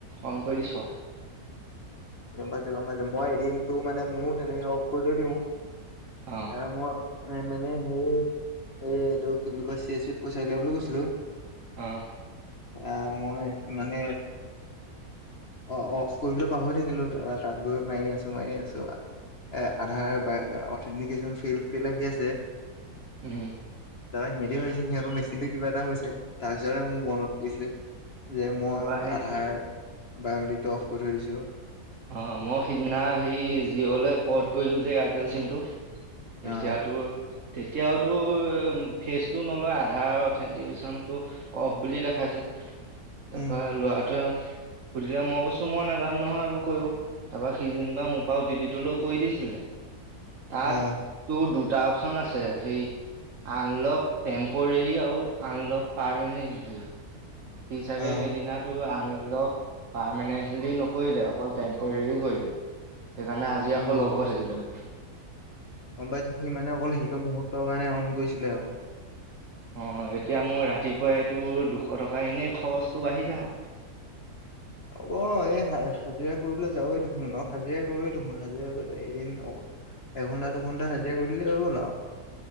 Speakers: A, on the right; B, on the left.
A: অ'ন কৰি দিছোঁ।
B: গ'ম পাইছো গ'ম পাইছো মই এদিনতটো মানে ময়ো তেনেকে অফ কৰি থৈ দিওঁ।
A: অ'।
B: এ, মোৰ এ-মানে সেই এ-এইটো কি বুলি কয় চি এ চত পইছা উলিয়াবলৈ গৈছিলোঁ।
A: অ'।
B: আহ, মই মানে-অ-অফ কৰিবলে পাহৰি থাকিলো, তাৰ-তাত গৈ মাৰি আছোঁ, মাৰি আছোঁ, এ-আধাৰ বা অথেণ্টিকেশচন ফেইল্ড ফেইল্ড আহি আছে,
A: উম
B: তাৰপৰা সিহঁতে ভাবিছে সিহঁতৰ মেচিনটো কিবা এটা হৈছে, তাৰপিছতে মোৰ মনত পৰিছে, যে মই
A: তাৰপা সেই
B: আধাৰ বাইঅ'মেত্ৰিকটো অফ কৰি থৈ দিছোঁ।
A: অ', মই সিদিনা হেই জিঅ'লে পৰ্ট কৰিলোঁ যে এয়াৰটেল চিমটো,
B: অ
A: এতিয়াতো তেতিয়াওতো ফেচটো নলয়, আধাৰ অথেণ্টিকেশ্যনটো অফ বুলি দেখাইছে। তাৰপৰা
B: উম
A: ল'ৰাটোৱে সুধিলে, মই কৈছোঁ মই নাজানো নহয় এইবোৰ। কৰিব, তাৰপৰা সি যেনিবা মোৰ পৰা অ টি পিটো লৈ কৰি দিছিলে। তাত
B: অ
A: তোৰ দুটা অপচন আছে, হেৰি আনলক টেম্পৰেৰী আৰু আনলক পাৰমানেণ্টলি। সি চাগে
B: অ
A: সেইদিনা টো আনলক পাৰমানেন্টলি নকৰিলে, অকল টেম্পৰেৰী কৰিলে। সেইকাৰণে আজি
B: উম উম
A: আকৌ
B: গম
A: লক হৈ থাকিলে মানে।
B: গম পাইছো, সি মানে অকল সেইটো মুহূৰ্তৰ কাৰণে অন কৰিছিলে আও।
A: অ', এতিয়া মোৰ ৰাতিপুৱাই এইটো দুশ টকা এনেই খৰছটো বাঢ়িলে আও।
B: হ'ব, এই হা-হাজিৰা কৰিবলৈ যাৱৱে দেখোন, ন'? হাজিৰা কৰয়ে দেখোন হাজিৰা কৰি এদিন অক এঘণ্টা দুঘণ্টা হাজিৰা কৰি দিলে হৈ গ'ল আও।